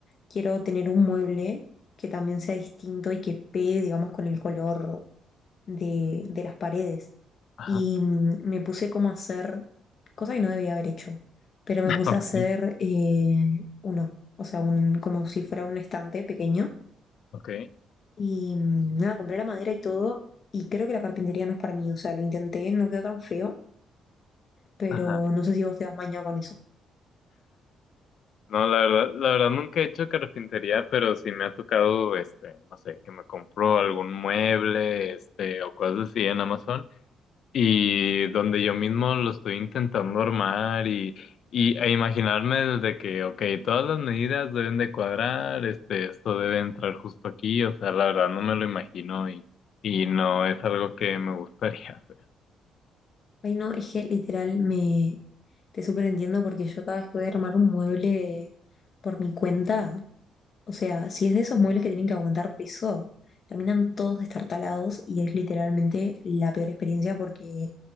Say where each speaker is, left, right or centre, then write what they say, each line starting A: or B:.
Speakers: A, on the left (about 50°); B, on the left (about 65°).
A: quiero tener un mueble que también sea distinto y que pegue, digamos, con el color de, de las paredes.
B: Ajá.
A: Y mm, me puse como a hacer, cosa que no debería haber hecho, pero me
B: <laughs>
A: puse
B: Ok.
A: a hacer eh, uno, o sea, un, como si fuera un estante pequeño
B: ok,
A: y mm, nada, compré la madera y todo, y creo que la carpintería no es para mí, o sea, lo intenté, no quedó tan feo, pero
B: Ajá.
A: no sé si vos te das maña con eso.
B: No, la verdad, la verdad nunca he hecho carpintería, pero sí me ha tocado, este, no sé, que me compro algún mueble, este, o cosas así en Amazon, y donde yo mismo lo estoy intentando armar y, y e imaginarme desde que, ok, todas las medidas deben de cuadrar, este, esto debe entrar justo aquí, o sea, la verdad no me lo imagino y, y no es algo que me gustaría <laughs> hacer.
A: Ay, no, es que literal me te súper entiendo porque yo cada vez que voy a armar un mueble por mi cuenta, O sea, si es de esos muebles que tienen que aguantar peso, terminan todos destartalados y es literalmente la peor experiencia porque